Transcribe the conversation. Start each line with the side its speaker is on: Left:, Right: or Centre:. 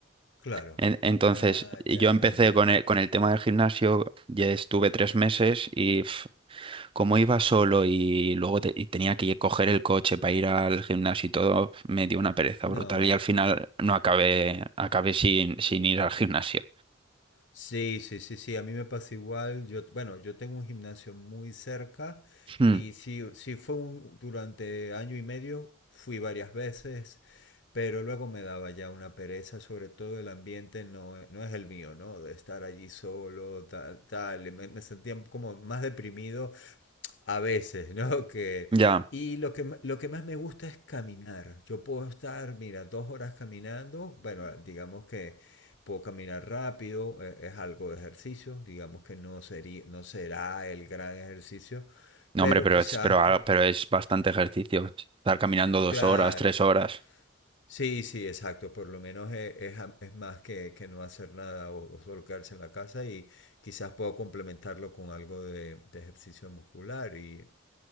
Left: claro.
Right: En- Entonces,
Left: Ah,
Right: yo
Left: ya entiendo.
Right: empecé con el, con el tema del gimnasio, ya estuve tres meses y pf, como iba solo y luego te- y tenía que coger el coche para ir al gimnasio y todo, me dio una pereza
Left: No.
Right: brutal y al final no acabé, acabé sin, sin ir al gimnasio.
Left: Sí, sí, sí, sí, a mí me pasa igual. Yo, bueno, yo tengo un gimnasio muy cerca
Right: Hmm,
Left: y sí, sí fue un, durante año y medio, fui varias veces, pero luego me daba ya una pereza, sobre todo el ambiente no, e- no es el mío, ¿no? De estar allí solo, tal, tal, y me, me sentía como más deprimido A veces, <laughs> ¿no? Que,
Right: ya.
Left: y lo que, ma- lo que más me gusta es caminar. Yo puedo estar, mira, dos horas caminando. Bueno, digamos que puedo caminar rápido, eh, es algo de ejercicio. Digamos que no sería, no será el gran ejercicio,
Right: No,
Left: pero
Right: hombre, pero
Left: quizás,
Right: es, pero,
Left: po-
Right: ah, pero es bastante ejercicio. Estar caminando dos
Left: claro.
Right: horas, tres horas.
Left: Sí, sí, exacto. Por lo menos eh, es, a- es más que, que no hacer nada o, o solo quedarse en la casa y quizás puedo complementarlo con algo de, de ejercicio muscular. Y